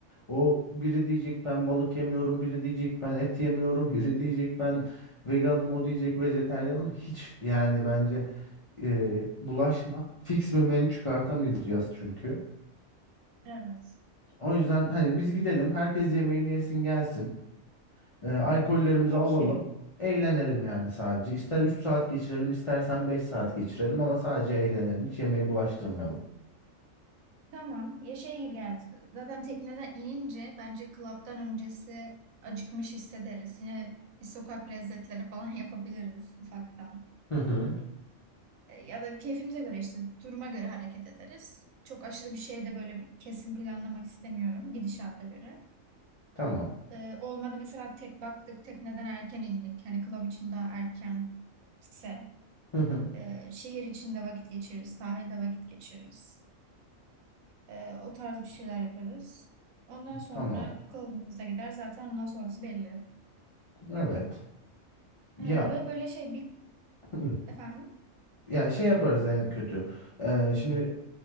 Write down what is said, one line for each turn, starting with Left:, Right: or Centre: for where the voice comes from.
Left: O biri diyecek ben balık yemiyorum, biri diyecek ben et yemiyorum, <laughs> biri diyecek ben veganım, o diyecek vejetaryenim. Hiç yani bence eee, bulaşma. Fix bir menü çıkartamayacağız çünkü.
Right: Evet.
Left: O yüzden hani biz gidelim, herkes yemeğini yesin gelsin. Eee, alkollerimizi
Right: Okey.
Left: alalım. Eğlenelim yani sadece. İster 3 saat geçirelim, istersen 5 saat geçirelim ama sadece eğlenelim. Hiç yemeği bulaştırmayalım.
Right: Tamam. Ya şey gibi geldi. Zaten tekneden inince bence klaptan öncesi acıkmış hissederiz. Yine bir sokak lezzetleri falan <laughs> yapabiliriz ufaktan.
Left: Hı hı.
Right: E, Ya da keyfimize göre işte duruma göre hareket ederiz. Çok aşırı bir şey de böyle bir kesin planlamak istemiyorum gidişata göre.
Left: Tamam.
Right: E, olmadı mesela tek baktık tekneden erken indik. Hani club için daha erkense
Left: <laughs>
Right: e, şehir içinde vakit geçiririz, sahilde vakit geçiririz. E, o tarz bir şeyler yaparız. Ondan sonra
Left: Tamam.
Right: club'ımıza gider zaten ondan sonrası belli.
Left: Evet. Ya
Right: E, ve böyle şey bir
Left: <clears throat>
Right: efendim.
Left: ya şey yaparız en kötü. Ee, şimdi